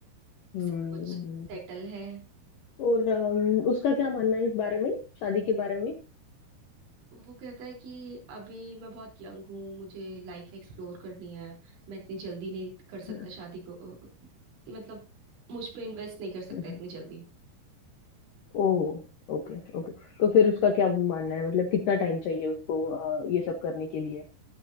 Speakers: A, on the left (about 70°); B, on the right (about 80°).
A: हम्म
B: सब कुछ सेटल है
A: और अम, उसका क्या मानना है इस बारे में शादी के बारे में
B: वो कहता है कि अभी मैं बहुत यंग हूँ मुझे लाइफ एक्सप्लोर करनी है मैं इतनी जल्दी नहीं कर सकता
A: हाँ,
B: शादी को मतलब मुझ पे इन्वेस्ट नहीं कर सकता
A: ओके
B: इतनी जल्दी
A: ओ ओके ओके तो फिर उसका क्या मानना है मतलब कितना टाइम चाहिए उसको अ, ये सब करने के लिए